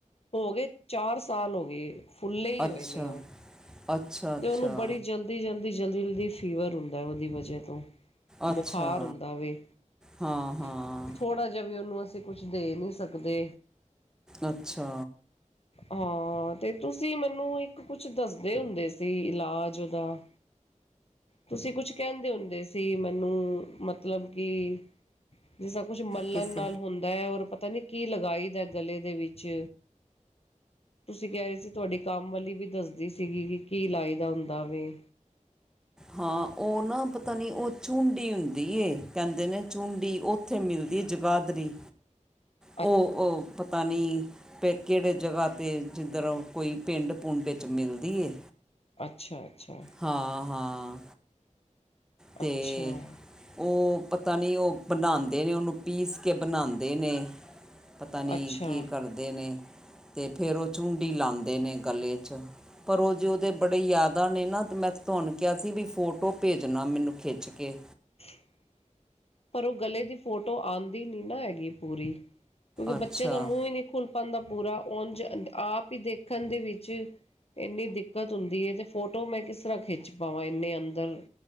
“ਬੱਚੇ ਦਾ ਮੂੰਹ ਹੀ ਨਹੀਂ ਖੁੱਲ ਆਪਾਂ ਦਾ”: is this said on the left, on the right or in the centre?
Left